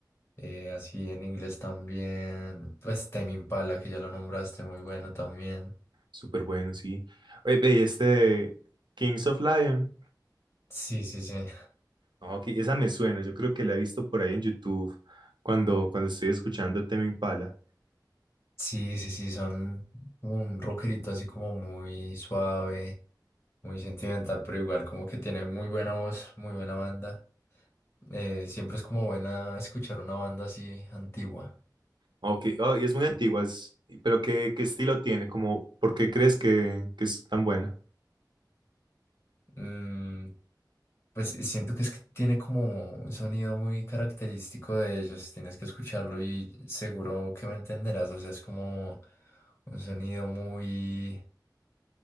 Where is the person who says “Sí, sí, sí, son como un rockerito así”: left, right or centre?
Left